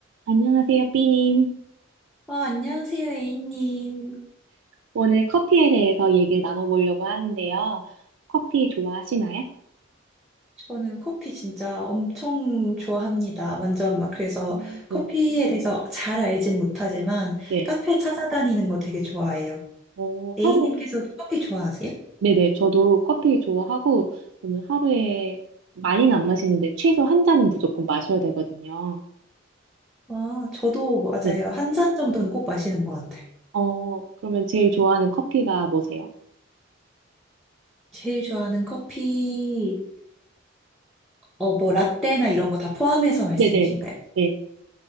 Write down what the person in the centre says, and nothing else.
아, 안녕하세요, A님.
저는 커피 진짜 엄청 좋아합니다. 완전 막 그래서
커피에
대해서 잘 알진 못하지만
카페 찾아다니는 거 되게 좋아해요.
A님께서
커피 좋아하세요?
아, 저도 맞아요.
한 잔 정도는 꼭 마시는 것 같아요.
제일 좋아하는 커피, 어, 뭐 라떼나 이런 거 다 포함해서 말씀이신가요?